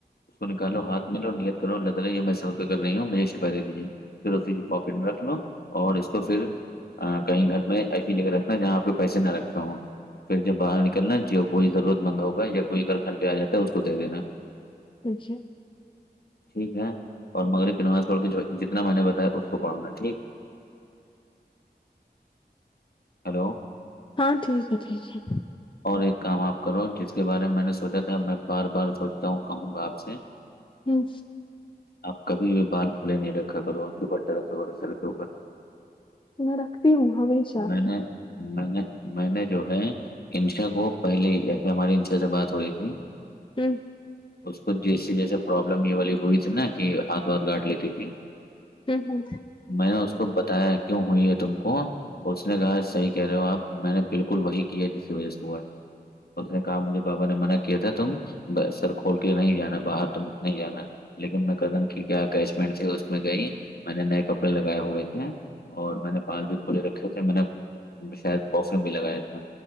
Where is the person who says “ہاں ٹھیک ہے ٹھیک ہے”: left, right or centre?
Left